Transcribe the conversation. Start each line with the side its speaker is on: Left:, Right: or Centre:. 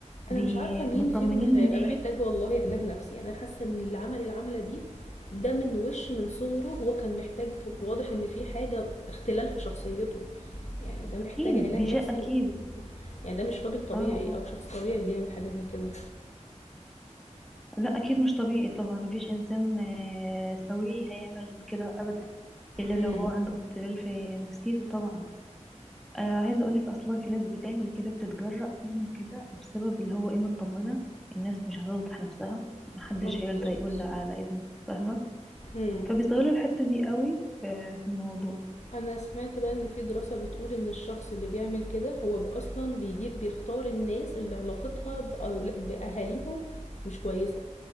Centre: بي-
Left: أنا مش عارفة مين
Centre: مطمنين
Left: فيهم اللي
Centre: من
Left: هيبقى
Centre: ناحية
Left: محتاج والله علاج نفسي، يعني أنا حاسة إن اللي عمل العملة دي ده من وش من صغره هو كان محتاج واضح إن في حاجة اختلال في شخصيته، يعني ده محتاج
Centre: اكيد
Left: علاج
Centre: دي
Left: نفسي،
Centre: شيء اكيد
Left: يعني ده مش راجل طبيعي
Centre: اه اه
Left: أو شخص طبيعي اللي يعمل حاجة زي كده،
Centre: لا اكيد مش طبيعي طبعا مفيش انسان آه، سوي هيعمل كده ابدا الا لو
Left: إمم،
Centre: هو عنده اختلال في نفسيته طبعا آه عايزه اقولك اصلا في ناس بتعمل كده بتتجرأ تعمل كده بسبب اللي هو ايه مطمنه الناس مش هتفضح نفسها محدش
Left: ما هو بالضبط،
Centre: هيرضى يقول على ابنه فاهمه
Left: إمم.
Centre: فبيستغلوا الحته دي قوي في في الموضوع
Left: انا سمعت بقى ان في دراسة بتقول ان الشخص اللي بيعمل كده هو ب- اصلا بيجيب بيختار الناس اللي علاقتها بأول... باهاليهم مش كويسة